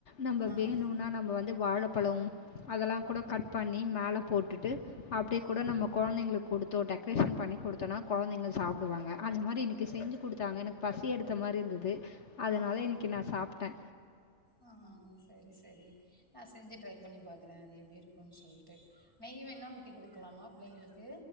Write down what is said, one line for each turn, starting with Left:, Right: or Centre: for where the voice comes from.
Left: நம்ம
Right: ஆ
Left: வேணுனா நம்ம வந்து வாழப்பழம் அதெல்லா கூட கட் பண்ணி மேல போட்டுட்டு அப்டியே
Right: ஆ
Left: கூட நம்ம கொழந்தைங்களுக்கு குடுத்தோ டெக்ரேஷன் பண்ணி குடுத்தோனா கொழந்தைங்க சாப்டுவாங்க அந்த மாரி இன்னிக்கு செஞ்சு குடுத்தாங்க எனக்கு பசி எடுத்த மாரிருந்துது அதனால
Right: ஆ
Left: இன்னிக்கு நா சாப்ட்டே
Right: ஆ செரி செரி நா செஞ்சு ட்ரை பண்ணி பாக்றே அது எப்டி இருக்கும்னு சொல்ட்டு நெய் வேனா ஊத்தி குடுக்கலாமா பிள்ளைங்களுக்கு